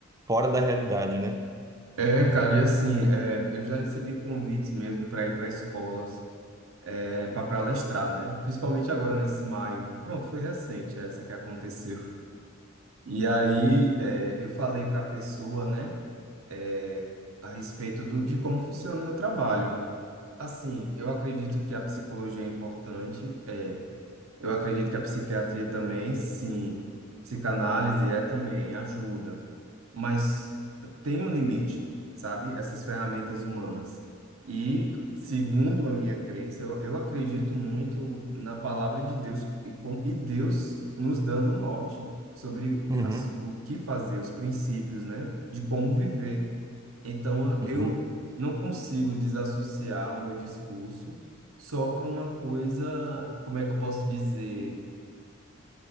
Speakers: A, on the right; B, on the right.
A: fora da realidade, né?
B: É, cara, e assim, é, eu já recebi convites mesmo para ir para escolas para palestrar, né? Principalmente agora nesse maio. Pronto, foi recente essa que aconteceu. E aí é, eu falei para a pessoa, né, é, a respeito do, de como funciona o meu trabalho. Assim, eu acredito que a psicologia é importante eu acredito que a psiquiatria também, sim. Psicanálise é também, ajuda. Mas tem um limite, sabe? Essas ferramentas humanas. E, segundo a minha crença, eu, eu acredito muito na palavra de Deus e, com, e Deus nos dando um norte sobre
A: Uhum,
B: as, o que fazer, os princípios, né? De como viver. Então, eu
A: uhum.
B: não consigo desassociar o meu discurso só para uma coisa, como é que eu posso dizer,